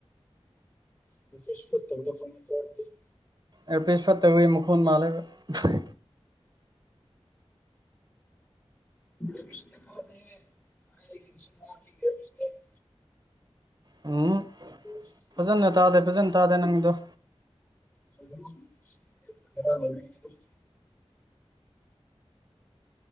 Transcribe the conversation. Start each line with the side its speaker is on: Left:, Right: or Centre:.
Left: <unintelligible>
Right: ꯑꯦꯔꯄꯤꯁ ꯐꯠꯇꯕꯒꯤ ꯃꯈꯣꯟꯜ ꯃꯥꯜꯂꯦꯕ
Left: <unintelligible>
Right: ꯎꯝ
Left: <unintelligible>
Right: ꯐꯖꯅ ꯇꯥꯗꯦ ꯐꯖꯅ ꯇꯥꯗꯦ ꯅꯪꯒꯤꯗꯣ
Left: <inaudible>